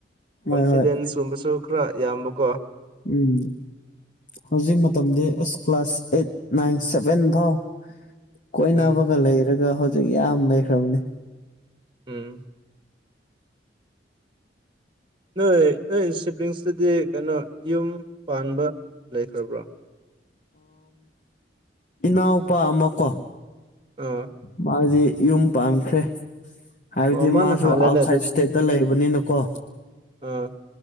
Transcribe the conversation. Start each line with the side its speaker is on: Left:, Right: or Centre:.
Right: ꯀꯣꯟꯐꯤꯗꯦꯟꯁꯀꯨꯝꯕꯁꯨ
Left: ꯍꯣꯏ ꯍꯣꯏ
Right: ꯈꯔ ꯌꯥꯝꯕꯀꯣ
Left: ꯎꯝ ꯍꯧꯖꯤꯛ ꯃꯇꯝꯗꯤ ꯑꯁ ꯀ꯭ꯂꯥꯁ ꯑꯦꯠ ꯅꯥꯏꯟ ꯁꯚꯦꯟ ꯐꯥꯎ ꯀꯣꯏꯅꯕꯒ
Right: ꯎꯝ
Left: ꯂꯩꯔꯒ ꯍꯧꯖꯤꯛ ꯌꯥꯝ ꯂꯩꯈ꯭ꯔꯕꯅꯤ
Right: ꯎꯝ ꯅꯣꯏ ꯅꯣꯏ ꯁꯤꯕ꯭ꯂꯤꯡꯁꯇꯗꯤ ꯀꯩꯅꯣ ꯌꯨꯝ ꯄꯥꯟꯕ ꯂꯩꯈ꯭ꯔꯕ꯭ꯔꯣ
Left: ꯏꯅꯥꯎꯄꯥ ꯑꯃ ꯀꯣ
Right: ꯑ
Left: ꯃꯥꯖꯤꯦ ꯌꯨꯝ ꯄꯥꯟꯈꯦ ꯍꯥꯏꯕꯗꯤ
Right: ꯑꯣ ꯃꯥꯅ
Left: ꯃꯥꯁꯨ
Right: ꯍꯥꯜꯂꯦꯅꯦ
Left: ꯑꯥꯎꯠꯁꯥꯏꯠ ꯏꯁꯇꯦꯠꯇ ꯂꯩꯕꯅꯤꯅꯀꯣ
Right: ꯎꯝ